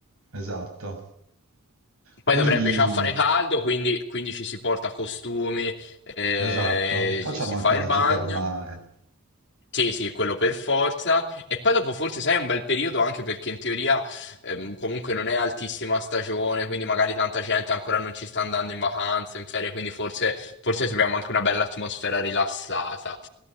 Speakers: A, on the right (about 70°); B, on the left (about 55°).
A: esatto.
B: Poi
A: Quindi,
B: dovrebbe già fare caldo, quindi, quindi ci si porta costumi, eh,
A: esatto, facciamo
B: ci si
A: anche
B: fa
A: una
B: il bagno.
A: gita al mare.
B: Sì, sì, quello per forza. E poi dopo forse sai è un bel periodo anche perché in teoria ehm, comunque non è altissima stagione, quindi magari tanta gente ancora non ci sta andando in vacanza, in ferie, quindi forse, forse troviamo anche una bella atmosfera rilassata.